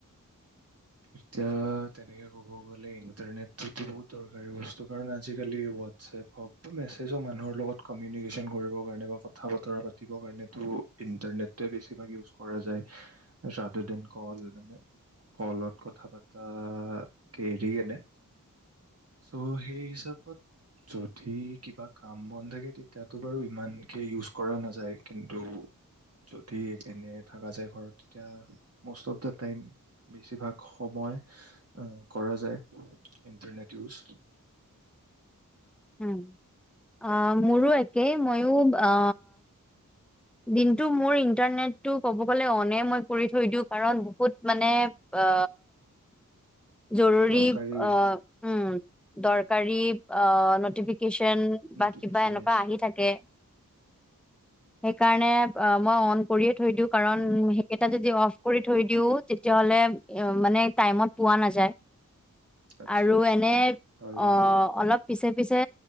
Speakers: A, on the right (about 45°); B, in the centre.
A: এতিয়া তেনেকে ক'ব গলে ইণ্টাৰনেটটো বহুত দৰকাৰী বস্তু কাৰণ, আজিকালি হোৱাটছএপ হওক বা মেছেজ হক মানুহৰ লগত কমিউনিকেশ্যন কৰিব কাৰণে বা কথা বতৰা পাতিবৰ কাৰণেটো ইণ্টাৰনেটোৱে বেছিভাগ ইউজ কৰা যায় ৰাডাৰ দেন কল। মানে কলত কথা পাতাকে এৰি আনে চ' সেই হিচাপত যদি কিবা কাম বন থাকে তেতিয়াতটো বাৰু ইমানকে ইউজ কৰা নাযায় কিন্তু যদি এনে থকা যায় ঘৰত তেতিয়া মষ্ট অফ দা টাইম বেছিভাগ সময় কৰা যায় ইন্টাৰনেট ইউজ।
B: উম অ মোৰো একে কে মইয়ো আ দিনটো মোৰ ইন্টাৰনেটটো ক'ব গ'লে অনে মই কৰি থৈ দিওঁ, কাৰণ বহুত মানে আ জৰুৰী
A: দৰকাৰী
B: অ উম দৰকাৰী অ নটিফিকেশ্বন বা
A: নটিফিকেশন
B: কিবা এনেকুৱা
A: ইজ
B: আহি থাকে সেইকাৰণে অ মই অন কৰি থৈ দিওঁ কাৰণ সেইকেইটা যদি অফ কৰি থৈ দিওঁ, তেতিয়াহ'লে অ', মানে টাইমত পোৱা নাযায়।
A: আচ্ছা
B: আৰু
A: আচ্ছা
B: এনে
A: হয় বাৰু
B: অ', অলপ পিছে, পিছে